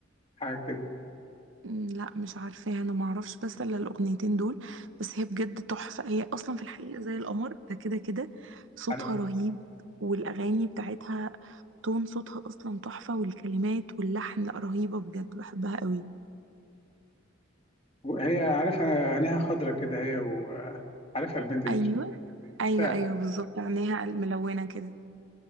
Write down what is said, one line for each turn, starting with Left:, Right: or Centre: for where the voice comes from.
Left: حاجة كده
Right: مم، لا مش عارفاها انا ما اعرفش بس الا الاغنيتين دول بس هي بجد تحفه هي اصلا في الحقيقه زي القمر ده كده كده صوتها
Left: عارف
Right: رهيب والاغاني بتاعتها تون صوتها اصلا تحفه والكلمات واللحن لا رهيبه بجد بحبها قوي
Left: وهي عارفها أنا عينيها خضرة كده هي وعارفها البنت دي
Right: ايوه
Left: شفتها
Right: ايوه ايوه بالظبط عينيها ملونه كده